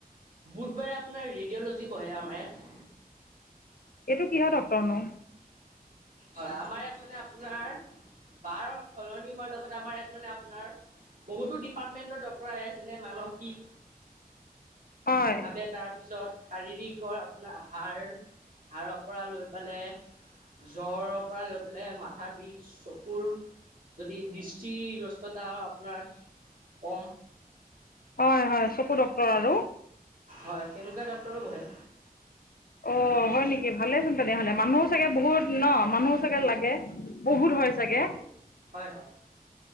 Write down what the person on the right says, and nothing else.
বুধবাৰে আপোনাৰ ৰেডিঅ'লজি বহে আমাৰ ইয়াত।
হয় আমাৰ ইয়াত মানে আপোনাৰ বাৰ সলনি হোৱাৰ লগত আমাৰ ইয়াত মানে আপোনাৰ, বহুতো ডিপাৰ্টমেন্টৰ ডক্টৰ আহে যেনে মানসিক,
ভাবে তাত তাৰপিছত শাৰীৰিকৰ আপোনাৰ হাৰ সাৰৰ পৰা লৈ পেলাই, জ্বৰৰ পৰা লৈ পেলাই মাথাৰ বিষ চকুৰ যদি দৃষ্টিগ্ৰস্তত, টা আপোনাৰ কম,
হয় সেনেকুৱা ডক্টৰো বহে।
লাগে লাগে। হয় হয়